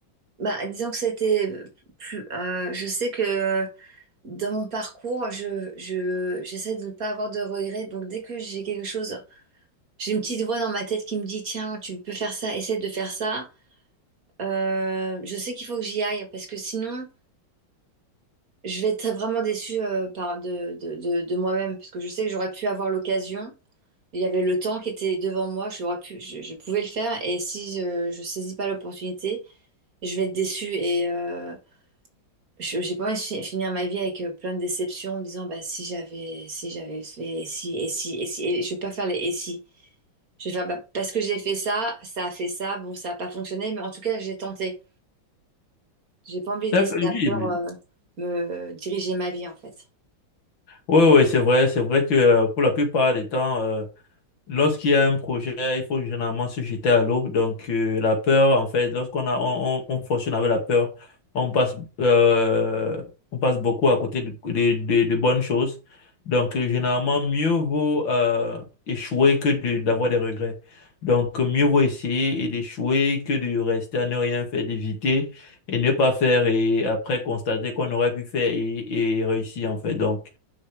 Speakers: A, on the right; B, on the left.
A: Bah, disons que c'était plus, euh, je sais que Dans mon parcours, je, je, j'essaie de ne pas avoir de regrets. Donc, dès que j'ai quelque chose, j'ai une petite voix dans ma tête qui me dit, tiens, tu peux faire ça, essaie de faire ça. Euh, je sais qu'il faut que j'y aille parce que sinon, je vais être vraiment déçue euh, par de, de, de, de moi-même parce que je sais que j'aurais pu avoir l'occasion. Il y avait le temps qui était devant moi, j'aurais pu, je, je pouvais le faire. Et si je, je saisis pas l'opportunité, je vais être déçue. Et, euh, Je j'ai pas envie de fi- finir ma vie avec euh, plein de déceptions en me disant bah si j'avais si j'avais fait et si et si et si et je vais pas faire les et si. Je vais faire bah, parce que j'ai fait ça, ça a fait ça, bon ça a pas fonctionné mais en tout cas j'ai tenté. J'ai pas envie
B: D'accord,
A: de laisser la
B: Oui,
A: peur
B: oui,
A: euh, me diriger ma vie en fait.
B: oui, oui, c'est vrai, c'est vrai que euh, pour la plupart des temps, euh, Lorsqu'il y a un projet, il faut généralement se jeter à l'eau. Donc, euh, la peur, en fait, lorsqu'on a, on, on, on fonctionne avec la peur, on passe, euh, on passe beaucoup à côté de, de, de- de bonnes choses. Donc, euh, généralement, mieux vaut euh, échouer que de- d'avoir des regrets. Donc, euh, mieux vaut essayer et d'échouer que de rester à ne rien faire, d'éviter et ne pas faire et après constater qu'on aurait pu faire et, et réussir, en fait. Donc,